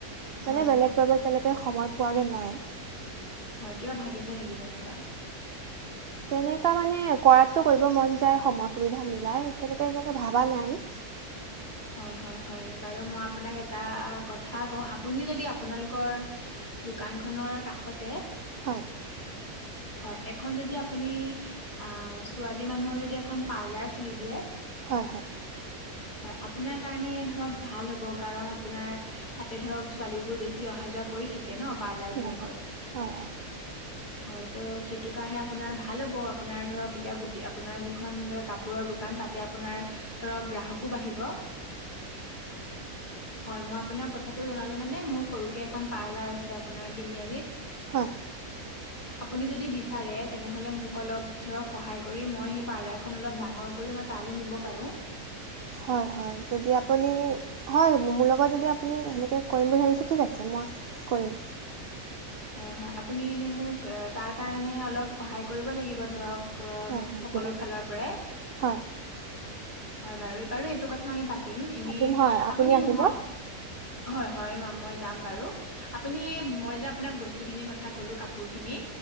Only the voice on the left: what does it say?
হয়
হয়
হয় কিবা ভাবিছে নেকি যেনেকুৱা <inaudible>
<inaudible> হয়, হয়, হয়, বাৰু, মই আপোনাক এটা কথা কওঁ, আপুনি যদি আপোনালোকৰ দোকানখনৰ কাষতে,
হয়, এখন যদি আপ আপুনি, আ, ছোৱালী মানুহৰ যদি এখন পাৰ্লাৰ খুলি দিয়ে
হয়, আপোনাৰ কাৰণে ধৰক ভাল হ'ব, কাৰণ আপোনাৰ, তাতে ধৰক ছোৱালীবোৰ বেছি অহা-যোৱা কৰি থাক কে ন পাৰ্লাৰবিলাকত?
হয়, ত', সেই সেইটো কাৰণে আপোনাৰ ভাল হ'ব। আপোনাৰ ধৰক, এতিয়া বুটি, আপোনাৰ যিখন কাপোৰৰ দোকান তাতে আপোনাৰ ধৰক গ্ৰাহকো বাঢ়িব। হয়, মই আপোনাক কথ কথাটো জনালোঁ মানে, মোৰ সৰুকে এখন পাৰ্লাৰ আছে আপোনাৰ তিনিআলিত
আপুনি যদি বিচাৰে তেনেহলে মোক অলপ ধৰক সহায় কৰি মই সেই পাৰ্লাৰখন অলপ ডাঙৰ কৰি মই তালে নিব পাৰো
হয়, হয়, আপুনি এনে মোক, তাৰ কাৰণে অলপ সহায় কৰিব লাগিব ধৰক
সকলো
ফালৰ পৰাই
হয় বাৰু, বাৰু এইটো কথা আমি পাত তিম এনে,
আপুনি,
মই, হয়, হয়, মই যাম বাৰু। আপুনি, মই যে আপোনাক বস্তুখিনিৰ কথা ক'লোঁ, কাপোৰখিনি